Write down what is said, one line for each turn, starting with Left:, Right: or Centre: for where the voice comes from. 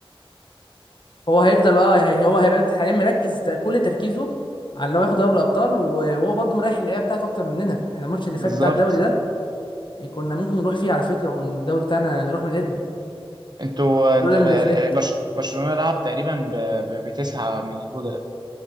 Left: هو هيفضل اه هي- هو هيبقى حاليا مركز ده كل تركيزه على ان هو ياخد دوري الابطال و- وهو برضه مريح اللعيبه بتاعته اكتر مننا احنا الماتش اللي
Right: بالظبط
Left: فات بتاع الدوري ده يعني كنا ممكن نروح فيه على فكره والدوري بتاعنا يروح من ايدنا
Right: انتوا انت
Left: لولا ان فليك
Right: برش... برشلونه لعب تقريبا ب... ب... بتسعه من البودلة